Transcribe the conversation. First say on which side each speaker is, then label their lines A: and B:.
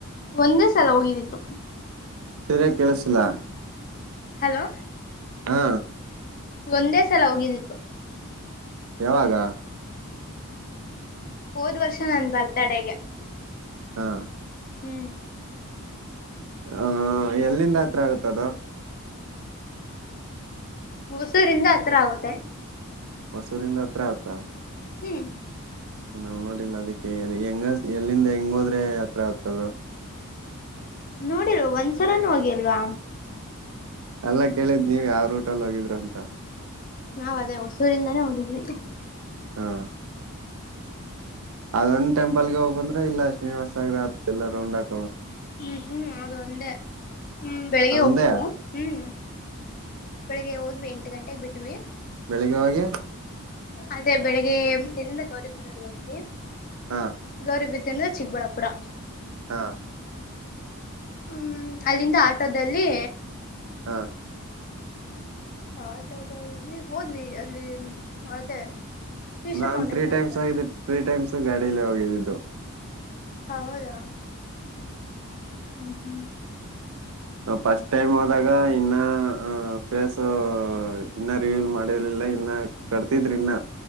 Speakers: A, on the left; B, on the right.
A: ಒಂದೇ ಸಲ ಹೋಗಿದೀದ್ದು
B: ಸರಿ ಕೇಳಸಲ
A: ಹಲೋ
B: ಹಾ
A: ಒಂದೇ ಸಲ ಹೋಗಿದ್ದಿದ್ದು
B: ಯಾವಾಗ
A: ಹೋದ್ ವರ್ಷ ನನ್ ಬರ್ತಡೆಗೆ
B: ಹಾ
A: ಹೂ
B: ಹ ಎಲ್ಲಿಂದ ಹತ್ರ ಆಗುತ್ತದ ಅದು
A: ಹೊಸೂರಿಂದ ಹತ್ರ ಆಗುತ್ತೆ
B: ಹೊಸೂರಿಿಂದ ಹತ್ರ ಆಗುತ್ತಾ
A: ಹೂ
B: ನಾವ್ ನೋಡಿಲ್ಲ ಅದಕ್ಕೆ ಹೆಂಗ ಎಲ್ಲಿಂದ ಹೆಂಗ ಹೋದ್ರೆ ಹತ್ರ ಆಗುತ್ತೆ ಅದು
A: ನೋಡಿಲ್ವಾ ಒಂದ್ಸರಾನೂ ಹೋಗಿಲ್ವಾ
B: ಅಲ್ಲ ಕೇಳಿದ್ ನೀವ್ ಯಾವ ರೂಟಲ್ಲಿ ಹೋಗಿದ್ರಿ ಅಂತ
A: ನಾವ್ ಅದೇ ಹೊಸೂರಿಂದಾನೇ ಹೋಗಿದ್ವಿ
B: ಹಾ ಅದೊಂದ ಟೆಂಪಲ್ ಗೆ ಹೋಗ್ ಬಂದ್ರೆ ಇಲ್ಲ ಶ್ರೀನಿವಾಸ ಸಗ್ರ ಅತ್ ಎಲ್ಲ ರೌಂಡ್ ಆಗ್ತ
A: ಹ್ಮ್ ಹ್ಮ್ ಅದು ಒಂದೇ ಹ್ಮ್ ಬೆಳಿಗ್ಗೆ
B: ಅದೊಂದೇ
A: ಹೋಗಿತ್ತು
B: ಹಾ
A: ಹ್ಮ್ ಬೆಳಿಗ್ಗೆ ಹೋದ್ವಿ ಎಂಟು ಗಂಟೆೆಗೆ ಬಿಟ್ವಿ
B: ಬೆಳಗ್ಗೆ ಹೋಗಿ
A: ಅದೇ ಬೆಳಿಗ್ಗೆ ಎಲ್ಲಿಂದ ಗೌರಿಬಿದ್ದರು ಹಂತಿ
B: ಹಾ
A: ಗೌರವಿಬೀದರ್ ಚಿಕ್ಕಬಳ್ಳಾಪುರ
B: ಹಾ
A: ಹ್ಮ್ ಅಲ್ಲಿಂದ ಆಟೋದಲ್ಲಿ
B: ಹಾ
A: ಹ ಆಟದ ಈ ಹೋದ್ವಿ ಅಲ್ಲಿ ಅದೇ ಈಶಾ
B: ನಾನ್
A: ಫೌಂಡೇಶನ್
B: ತ್ರೀ ಟೈಮ್ಸ್
A: ಹತ್ರ
B: ಆಗಿದ್ದೆ ತ್ರೀ ಟೈಮ್ಸ್ ಗಾಡಿಲ್ಲೇ ಹೋಗಿದ್ದಿದ್ದು
A: ಹೌದಾ ಹ್ಮ್ ಹ್ಮ್
B: ನಾವ್ ಫಸ್ಟ್ ಟೈಮ್ ಹೋದಾಗ ಇನ್ನ ಫೇಸ್ ಇನ್ನ ರಿವ್ಯೂ ಮಾಡಿರ್ಲಿಲ್ಲ ಇನ್ನ ಕಟ್ತಿದ್ರಿ ಇನ್ನ